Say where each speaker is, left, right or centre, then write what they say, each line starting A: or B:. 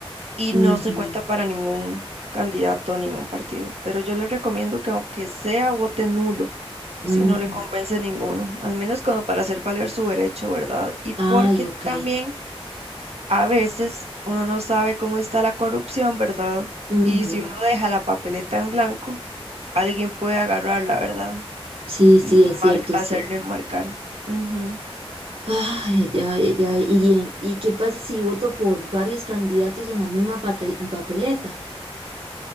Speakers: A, on the right (about 85°); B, on the right (about 65°).
A: y
B: Ujú,
A: no se cuenta para ningún candidato, ningún partido. Pero yo le recomiendo que aunque sea vote nulo,
B: ujú.
A: si no le convence ninguno, al menos como para hacer valer su derecho, ¿verdad? Y porque
B: Ay, ok.
A: también a veces uno no sabe cómo está la corrupción, ¿verdad?
B: Ujú.
A: Y si uno deja la papeleta en blanco, alguien puede agarrarla, ¿verdad?
B: Sí, sí,
A: Y
B: es cierto,
A: mar- hacerle
B: es cierto.
A: marcar. Ujú.
B: Ay, ya, ya. ¿Y, en- y qué pasa si voto por varios candidatos en la misma patel- papeleta?